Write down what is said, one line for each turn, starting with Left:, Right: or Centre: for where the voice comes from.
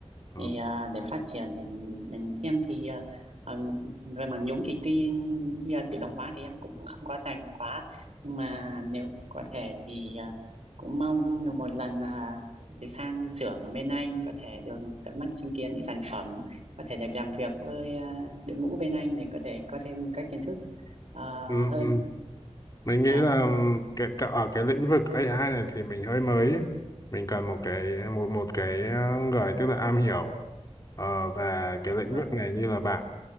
Left: ừ.
Right: thì à, để phát triển ngành em thì à, à, về mảng nhúng thì tuy như là tự động hóa thì em cũng không có dành quá nhưng mà nếu có thể thì à, cũng mong được một lần à, được sang xưởng bên anh có thể được tận mắt chứng kiến những sản phẩm có thể được làm việc với à, đội ngũ bên anh để có thể có thêm các kiến thức à,
Left: Ừ,
Right: hơn
Left: ừ. Mình nghĩ
Right: à,
Left: là cái, cái, ở cái lĩnh vực A I này thì mình hơi mới ấy. Mình cần một cái một một cái uh, người tức là am hiểu ờ, về cái lĩnh
Right: vâng
Left: vực này
Right: ạ,
Left: như là bạn